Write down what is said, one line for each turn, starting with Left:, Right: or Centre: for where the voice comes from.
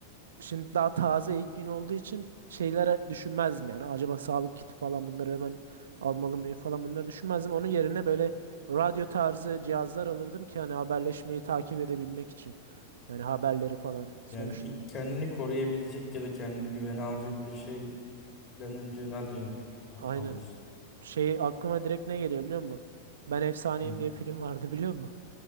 Right: şimdi daha taze ilk gün olduğu için şeylere düşünmezdim yani. Acaba sağlık kiti falan bunları hemen almalı mıyım falan bunları düşünmezdim. Onun yerine böyle radyo tarzı cihazlar alırdım ki hani haberleşmeyi takip edebilmek için. Yani haberleri falan. Sonuçta
Left: Yani ilk kendini koruyabilecek ya da kendini güvene alacak bir şeyden önce radyo
Right: aynen.
Left: alıyorsun.
Right: Şey aklıma direkt ne geliyor biliyor musun? Ben Efsaneyim
Left: Hı,
Right: diye film vardı biliyor musun?